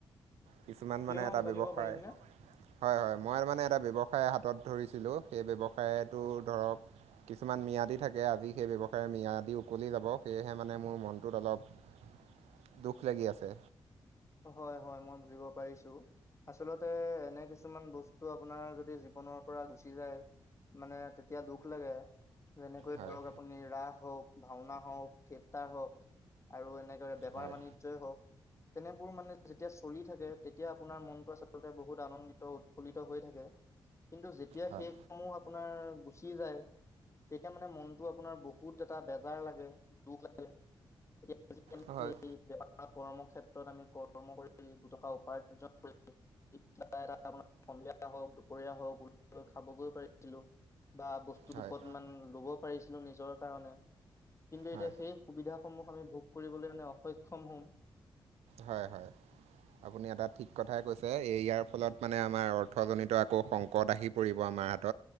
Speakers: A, on the right; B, on the left.
A: কিছুমান
B: কিয়
A: মানে এটা
B: জানিব
A: ব্যৱসায়
B: পাৰিম নে?
A: হয়, হয় মই মানে এটা ব্যৱসায় হাতত ধৰিছিলোঁ, সেই ব্যৱসায়টো ধৰক কিছুমান ম্যাদী থাকে আজি সেই ব্যৱসায়ৰ ম্যাদী উকলি যাব। সেয়েহে মানে মোৰ মনটোত অলপ দুখ লাগি আছে।
B: হয়, হয় মই বুজিব পাৰিছো। আচলতে এনে কিছুমান বস্তু আপোনাৰ যদি জীৱনৰ পৰা গুচি যায় মানে তেতিয়া দুখ লাগে। যেনেকৈ
A: হয়
B: ধৰক আপুনি ৰাস হওঁক, ভাওনা হওঁক থেটাৰ হওঁক আৰু এনেদৰে বেপাৰ
A: হয়
B: বাণিজ্যই হওঁক। এইবোৰ মানে যেতিয়া চলি থাকে, তেতিয়া আপোনাৰ মনটো আচলতে বহুত আনন্দিত উৎফুল্লিত হৈ থাকে, কিন্তু যেতিয়া
A: হয়
B: সেই সমূহ আপোনাৰ গুচি যায়। তেতিয়া মানে মনটো আপোনাৰ বহুত বহুত এটা বেজাৰ লাগে, দুখ লাগে <unintelligible>
A: হয়
B: সেই কৰ্মক্ষেত্ৰ তাৰপিছত আমি কৰ্ম কৰি দুটকা উপাৰ্জন কৰি <unintelligible> সন্ধিয়া হওঁক, দুপৰীয়া হওকঁ ওলাই গৈ খাবগৈ পাৰিছিলোঁ। বা বস্তু
A: হয়
B: দুপত মান ল'ব পাৰিছিলো নিজৰ কাৰণে, কিন্তু
A: হয়
B: এতিয়া সেই সুবিধাসমূহ আমি ভোগ কৰিবলৈ মানে অসক্ষম হ'ম।
A: হয় হয়। আপুনি এটা ঠিক কথাই কৈছে, এইয়াৰ ফলত মানে আমাৰ অৰ্থজনিত আকৌ সংকট আহি পৰিব আমাৰ